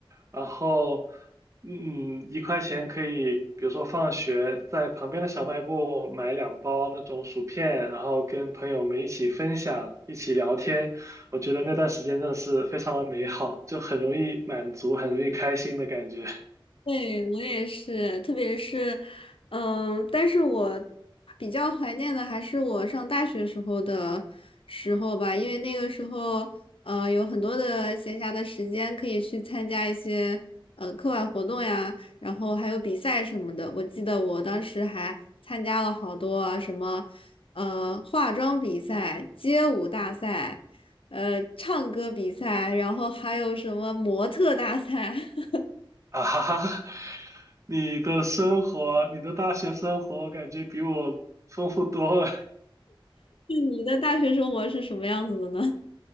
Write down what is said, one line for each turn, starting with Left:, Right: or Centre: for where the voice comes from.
Right: 然后，嗯，一块钱可以，比如说放学在旁边的小卖部买两包那种薯片，然后跟朋友们一起分享，一起聊天。我觉得那段时间真的是非常的美好，就很容易满足，很容易开心的感觉。<laughs>
Left: 对，我也是，特别是，嗯，但是我比较怀念的还是我上大学时候的时候吧，因为那个时候，呃，有很多的闲暇的时间可以去参加一些呃课外活动呀，然后还有比赛什么的。我记得我当时还参加了好多啊什么，呃，化妆比赛、街舞大赛，呃，唱歌比赛，然后还有什么模特大赛。<laughs>
Right: 啊哈哈，你的生活，你的大学生活，感觉比我丰富多了。
Left: 你的大学生活是什么样子的呢？